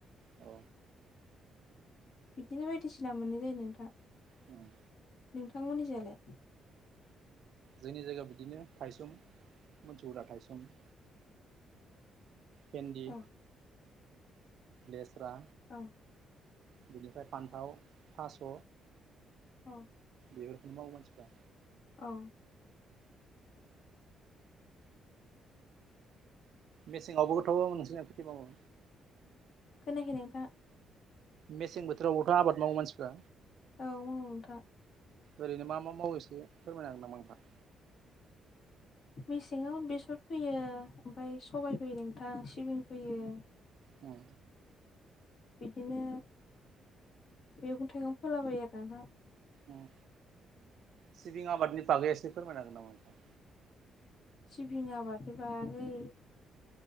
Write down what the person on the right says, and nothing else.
औ
उम
जोंनि जायगायाव बिदिनो थाइसुम मोनसौग्रा थाइसुम पेन्दी
लेस्रा
बिनिफ्राय फान्थाव थास'
बेफोरखौ मावो मानसिफ्रा
मेसेंआवबोथ' नोंसोरना खेथि मावो?
मेसें बोथोरावबोथ' आबाद मावो मानसिफ्रा
ओरैनो मा मा मावो एसे फोरमायना हांगोन नामा नोंथां।
औ
ओम सिबिं आबादनि बागै एसे फोरमायनाो हागोन नामा नोंथां?